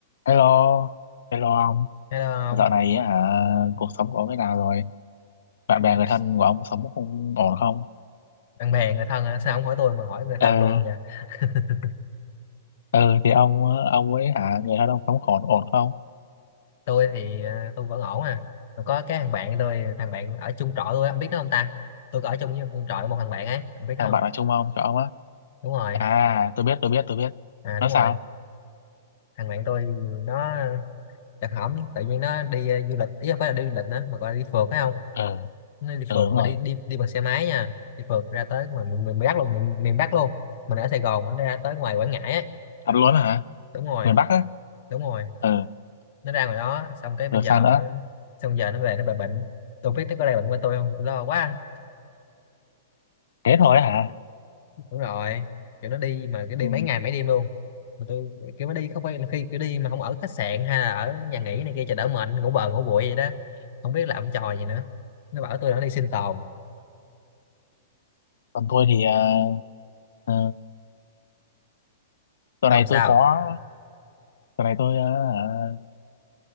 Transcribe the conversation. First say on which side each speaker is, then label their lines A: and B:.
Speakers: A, on the left; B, on the left.
A: Hello, hello ông.
B: hello ông
A: Dạo này á, hả, cuộc sống của ông thế nào rồi? Bạn bè
B: Ủa,
A: người thân của ông sống không ổn không?
B: bạn bè người thân hả? sao không hỏi tôi mà hỏi người
A: Ờ,
B: thân tôi không vậy <laughs>
A: ờ thì ông ông ấy hả, người thân ông sống ổn ổn không?
B: tôi thì à, tôi vẫn ổn à Mà có cái thằng bạn tôi thằng bạn ở chung trọ tôi á, ông biết đó không ta tôi có ở chung với một trọ với một thằng bạn ấy ông biết đó
A: Thằng
B: không
A: bạn ở chung ông cho ông á.
B: đúng rồi
A: À, tôi biết, tôi biết, tôi biết.
B: à đúng
A: Nó sao?
B: rồi thằng bạn tôi nó đặc hỏng tự nhiên nó đi à, du lịch ý không phải là đi du lịch nữa mà gọi là đi phượt phải không
A: Ờ,
B: nó đi
A: ờ
B: phượt
A: đúng rồi.
B: mà đi đi đi bằng xe máy nha đi phượt ra tới ngoài miền, miền Bắc luôn miền, miền Bắc luôn mình ở Sài Gòn mình ra tới ngoài Quảng Ngãi ấy.
A: Thật luôn hả?
B: đúng rồi
A: Miền Bắc á?
B: đúng rồi
A: Ờ,
B: nó ra ngoài đó xong cái bây
A: rồi
B: giờ
A: sao nữa?
B: nó xong giờ nó về nó bị bệnh tôi biết nó có lây bệnh qua tôi không tôi lo quá
A: Thế thôi hả?
B: đúng rồi kiểu nó đi mà cái đi
A: Ừ.
B: mấy ngày mấy đêm luôn mà tôi kiểu nó đi không phải là khi kiểu đi mà không ở khách sạn hay là ở nhà nghỉ này kia cho đỡ mệt ngủ bờ ngủ bụi vậy đó không biết làm trò gì nữa nó bảo tôi là nó đi sinh tồn
A: Còn tôi thì ờ, ờ, tuần
B: không
A: này
B: sao
A: tôi có, tuần này tôi ờ, hả,